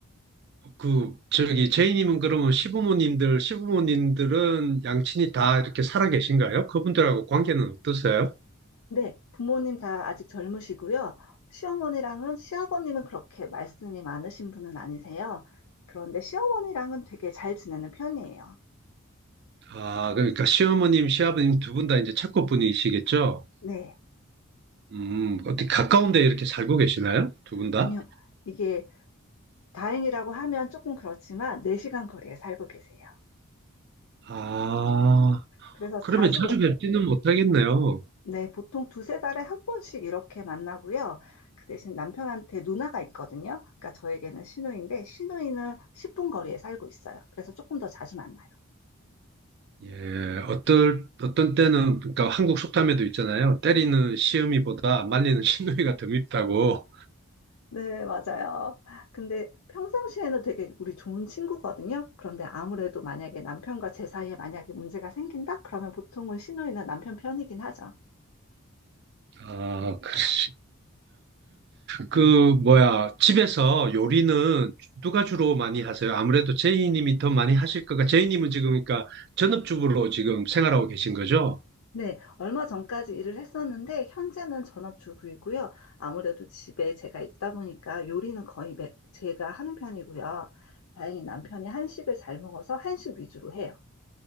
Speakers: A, on the right (about 50°); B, on the left (about 85°).
A: 그 저기 제이님은 그러면 시부모님들 시부모님들은 양친이 다 이렇게 살아 계신가요? 그분들하고 관계는 어떠세요?
B: 네, 부모님 다 아직 젊으시고요. 시어머니랑은 시아버님은 그렇게 말씀이 많으신 분은 아니세요. 그런데 시어머니랑은 되게 잘 지내는 편이에요.
A: 아 그러니까 시어머님 시아버님 두 분 다 이제 착고분이시겠죠?
B: 네,
A: 음 어떻게 가까운데 이렇게 살고 계시나요? 두 분 다?
B: 아니요. 이게 다행이라고 하면 조금 그렇지만 4시간 거리에 살고 계세요.
A: 아
B: 그래서
A: 그러면
B: 자주
A: 자주
B: 그렇게
A: 뵙지는 못하겠네요.
B: 네, 보통 두세 달에 한 번씩 이렇게 만나고요. 그 대신 남편한테 누나가 있거든요. 그러니까 저에게는 시누이인데 시누이는 10분 거리에 살고 있어요. 그래서 조금 더 자주 만나요.
A: 예 어떨 어떤 때는 그러니까 한국 속담에도 있잖아요. 때리는 시어미보다 말리는 <laughs> 시누이가 더 밉다고.
B: 네, 맞아요. 근데 평상시에는 되게 우리 좋은 친구거든요. 그런데 아무래도 만약에 남편과 제 사이에 만약에 문제가 생긴다? 그러면 보통은 시누이는 남편 편이긴 하죠.
A: 아 그러시. 그 뭐야 집에서 요리는 누가 주로 많이 하세요? 아무래도 제이님이 더 많이 하실 거가 제이님은 지금 그러니까 전업주부로 지금 생활하고 계신 거죠?
B: 네, 얼마 전까지 일을 했었는데 현재는 전업주부이고요. 아무래도 집에 제가 있다 보니까 요리는 거의 매- 제가 하는 편이고요. 다행히 남편이 한식을 잘 먹어서 한식 위주로 해요.